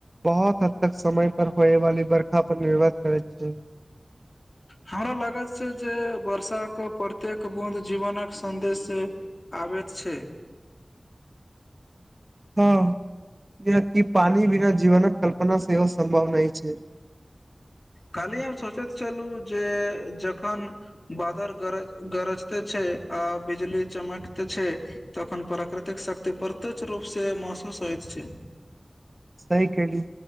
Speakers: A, on the right (about 35°); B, on the left (about 45°).
A: बहुत हद तक समय पर होए वाली बर्खा पर निर्भर करैत छै।
B: हमरा लागत छै जे वर्षाक प्रत्येक बूंद जीवनक सन्देश आबैत छै।
A: हाँ कियेकि पानी विना जीवनक कल्पना सेहो संभव नहि छै।
B: कल्हि हम सोचैत छलू जे जखन बादर गरज गरजते छै आ बिजली चमकते छै तखन प्राकृतिक शक्ति प्रत्यक्ष रूप से महसूस होइत छै।
A: सही केहलु